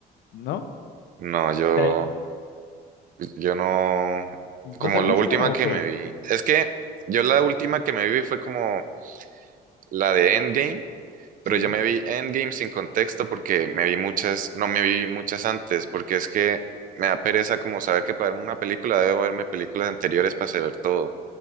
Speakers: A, on the left (about 80°); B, on the right (about 55°).
A: ¿no?
B: No, yo,
A: Sí.
B: yo no. Como
A: ¿No te
B: la
A: gustan
B: última
A: o
B: que
A: qué?
B: me vi. Es que yo la última que me vi fue como la de Endgame. Pero
A: Sí,
B: yo me vi Endgame sin contexto porque me vi muchas, no me vi muchas antes, porque es que me da pereza como saber que para verme una película debo verme películas anteriores para saber todo.